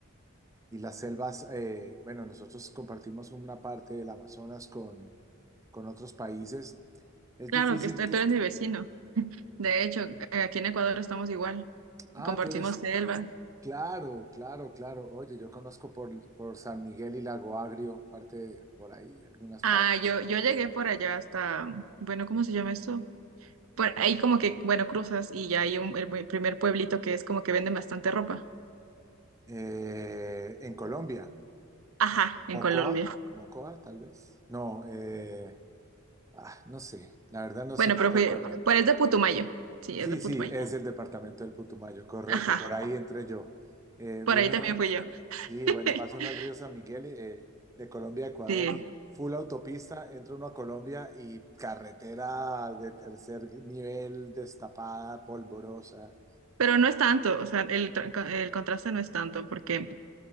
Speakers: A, on the right; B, on the right.
A: Y las selvas, eh, bueno, nosotros compartimos una parte del Amazonas con, con otros países. Es
B: Claro
A: difícil
B: que estoy-
A: que...
B: tú eres mi vecino. De hecho, eh, aquí en Ecuador estamos igual,
A: Ah,
B: compartimos
A: tú eres...
B: selva.
A: Claro, claro, claro. Oye, yo conozco por, por San Miguel y Lago Agrio, parte de- por ahí, algunas
B: Ah,
A: partes.
B: yo, yo llegué por allá hasta, bueno, ¿cómo se llama esto? Por ahí como que, bueno, cruzas y ya hay un, el muy- primer pueblito que es como que venden bastante ropa.
A: Eh, en Colombia,
B: Ajá,
A: Mocoa,
B: en Colombia.
A: Mocoa, tal vez. No, eh, ah, no sé, la verdad no
B: Bueno,
A: sé, no
B: pero fui,
A: recuerdo.
B: pero es de Putumayo. Sí,
A: Sí,
B: es de Putumayo.
A: sí, es el departamento del Putumayo, correcto,
B: Ajá,
A: por ahí entré yo. Eh,
B: por
A: viene
B: ahí también
A: uno,
B: fui yo.
A: sí,
B: <laughs>
A: bueno, pasa uno al río San Miguel eh, de Colombia a Ecuador
B: Sí,
A: y full autopista, entra uno a Colombia y carretera de tercer nivel, destapada, polvorosa,
B: pero no es tanto, o sea, el, tra- el contraste no es tanto porque